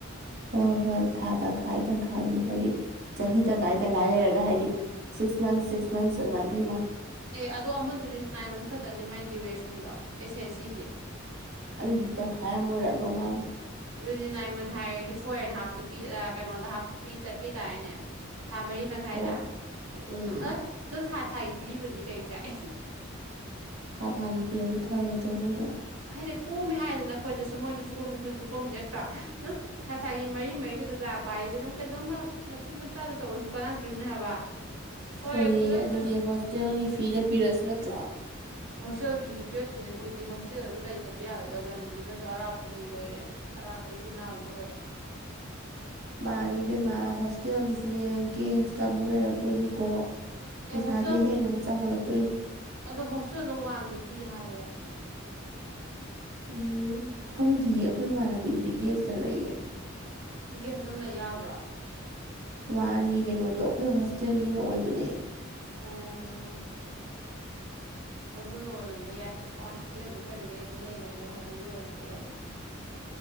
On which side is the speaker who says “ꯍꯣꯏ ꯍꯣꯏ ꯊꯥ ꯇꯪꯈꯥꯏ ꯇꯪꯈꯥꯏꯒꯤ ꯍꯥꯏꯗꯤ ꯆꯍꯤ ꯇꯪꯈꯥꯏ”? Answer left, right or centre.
Right